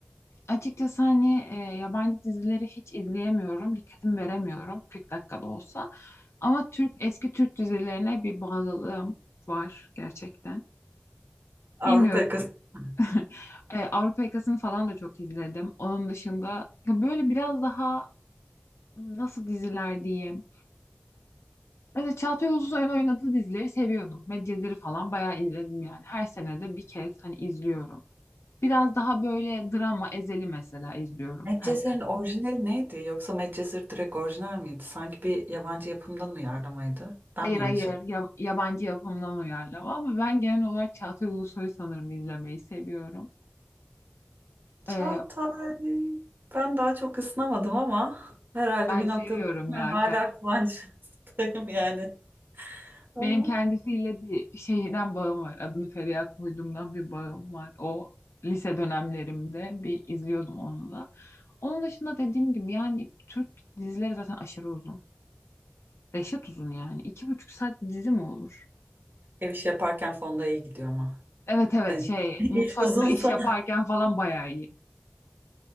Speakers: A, on the left; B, on the right.
A: açıkçası hani e, yabancı dizileri hiç izleyemiyorum. Dikkatimi veremiyorum 40 dakikada olsa. Ama Türk eski Türk dizilerine bir bağlılığım var gerçekten.
B: Avrupa
A: Bilmiyorum.
B: yakası. <laughs>
A: <laughs> E, Avrupa Yakası'nı falan da çok izledim. Onun dışında ya böyle biraz daha nasıl diziler diyeyim. Mesela Çağatay Ulusoy'un oynadığı dizileri seviyordum. Medcezir'i falan bayağı izledim yani. Her sene de bir kez hani izliyorum. Biraz daha böyle drama Ezel'i mesela izliyorum
B: Medcezir'in
A: her sene.
B: orijinali neydi? Yoksa Medcezir direkt orijinal miydi? Sanki bir yabancı yapımdan uyarlamaydı.
A: Hayır
B: Ben mi yanlış
A: hayır ya- yabancı yapımdan uyarlama ama ben genel olarak Çağatay Ulusoy'u sanırım izlemeyi seviyorum.
B: Çağatay
A: E,
B: ben daha çok ısınamadım ama herhalde
A: ben
B: bir
A: seviyorum
B: noktada
A: ya
B: hala kıvançtayım yani.
A: Benim
B: Ama
A: kendisiyle bir şeyden bağım var. Adını Feriha koyduğumdan bir bağım var. O lise dönemlerimde bir izliyordum onu da. Onun dışında dediğim gibi yani Türk dizileri zaten aşırı uzun. reşat uzun yani. İki buçuk saat dizi mi olur?
B: ev işi yaparken fonda iyi gidiyor ama.
A: Evet evet
B: Hani
A: şey
B: <laughs> iş
A: mutfakta
B: uzunsa.
A: iş yaparken falan bayağı iyi.